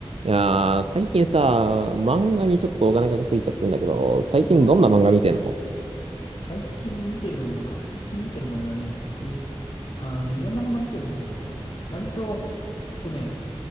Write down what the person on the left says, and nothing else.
うん。最近見てる漫画か。最近見てる漫画ね、僕、あの、いろんな漫画見てるんだけど、割と、えっとね、